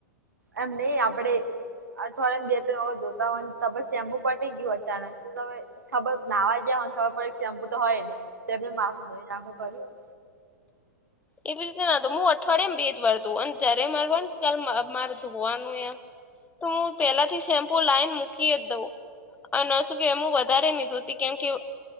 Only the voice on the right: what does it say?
એમ નય આપડે અઠવાડિયામ બે ત્રણ વખત ધોતા હોય તો શેમ્પુ પતી ગયું અચાનક તો તમે ખબર નાહવા જયા હોને ખબર પડે એક શેમ્પુતો હોય ને તો એ માથું ધોઈ નાખો કર્યું.